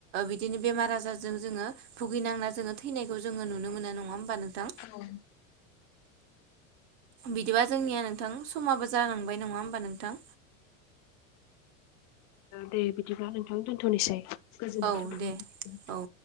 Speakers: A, on the right; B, on the left.
A: बिदिनो बेमार आजारजों जोंङो भुगिनांना जोंङो थैनायखौ जों नुनो मोनो नंङा होनबा नोंथां?
B: औ
A: बिदिबा जोंनिया नोंथां समाबो जालांबाय नङा होमबा नोंथां?
B: दे बिदिब्ला नोंथां दोनथ'निसै। गोजोनाय
A: औ
B: थाबाय
A: दे
B: नोंथां।
A: औ